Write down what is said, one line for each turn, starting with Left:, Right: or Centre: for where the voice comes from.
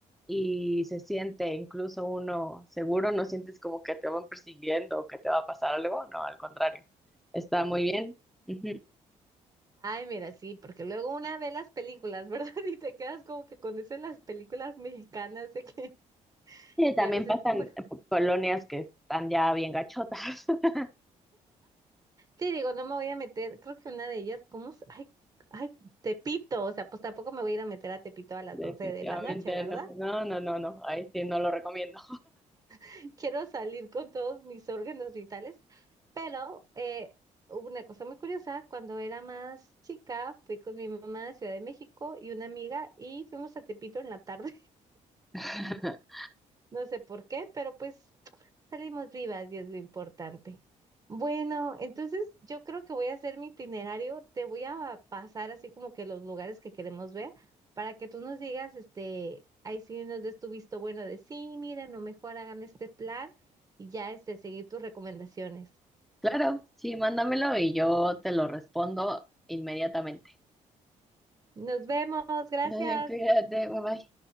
Centre: y se siente incluso uno seguro, no sientes como que te van persiguiendo o que te va a pasar algo, no, al contrario, está muy bien. Ujú.
Right: Ay, mira, sí, porque luego una ve las películas, ¿verdad? <laughs> Y te quedas como que con eso de las películas mexicanas de que,
Centre: Sí, también
Right: y a veces,
Centre: pasan
Right: pues,
Centre: colonias que están ya bien gachotas. <laughs>
Right: sí, digo, no me voy a meter, creo que una de ellas, ¿cómo? se- Ay, ay, Tepito, o sea, pues tampoco me voy a ir a meter a Tepito a las
Centre: Definitivamente
Right: 12 de la noche, ¿verdad?
Centre: no, no, no, no, no, ahí sí no lo recomiendo.
Right: <laughs> quiero salir con todos mis órganos vitales, pero eh, hubo una cosa muy curiosa, cuando era más chica, fui con mi mamá a Ciudad de México y una amiga y fuimos a Tepito en la tarde.
Centre: <laughs>
Right: No sé por qué, pero pues salimos vivas y es lo importante. Bueno, entonces yo creo que voy a hacer mi itinerario. Te voy a pasar así como que los lugares que queremos ver para que tú nos digas, este, ahí sí nos des tu visto bueno de sí, miren, o mejor hagan este plan y ya este, seguir tus recomendaciones.
Centre: Claro, sí, mándamelo y yo te lo respondo inmediatamente. <laughs>
Right: Nos vemos, gracias.
Centre: Eh, Cuídate, bye bye.